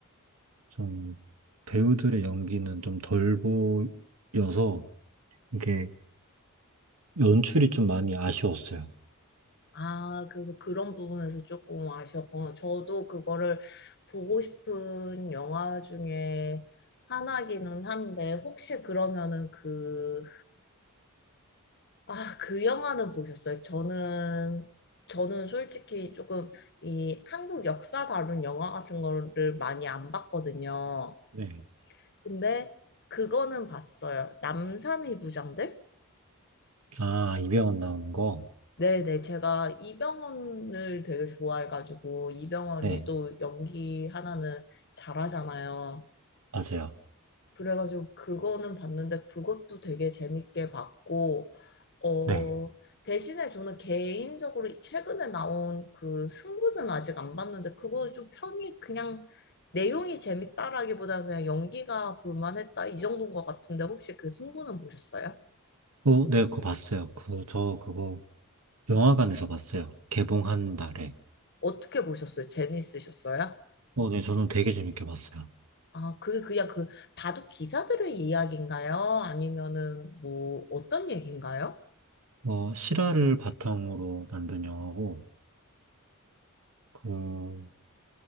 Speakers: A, on the right; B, on the left.
A: 좀 배우들의 연기는 좀 덜 보여서 이게 연출이 좀 많이 아쉬웠어요.
B: 아, 그래서 그런 부분에서 조금 아쉬웠구나. 저도 그거를 보고 싶은 영화 중에 하나기는 한데, 혹시 그러면은 그 아, 그 영화는 보셨어요? 저는, 저는 솔직히 조금 이 한국 역사 다룬 영화 같은 거를 많이 안 봤거든요.
A: 네.
B: 근데 그거는 봤어요. 남산의 부장들?
A: 아, 이병헌 나오는 거?
B: 네네, 제가 이병헌을 되게 좋아해가지고, 이병헌이
A: 네,
B: 또 연기 하나는 잘하잖아요.
A: 맞아요.
B: 그래가지고 그거는 봤는데 그것도 되게 재밌게 봤고, 어,
A: 네.
B: 대신에 저는 개인적으로 최근에 나온 그 승부는 아직 안 봤는데 그거 좀 평이 그냥 내용이 재밌다라기보다 그냥 연기가 볼만했다 이 정도인 것 같은데 혹시 그 승부는 보셨어요?
A: 어, 네, 그거 봤어요. 그, 저 그거 영화관에서 봤어요. 개봉한 날에.
B: 어떻게 보셨어요? 재밌으셨어요?
A: 어, 네, 저는 되게 재밌게 봤어요.
B: 아, 그게 그냥 그 바둑 기사들의 이야기인가요? 아니면은 뭐 어떤 얘기인가요?
A: 어, 실화를 바탕으로 만든 영화고, 그,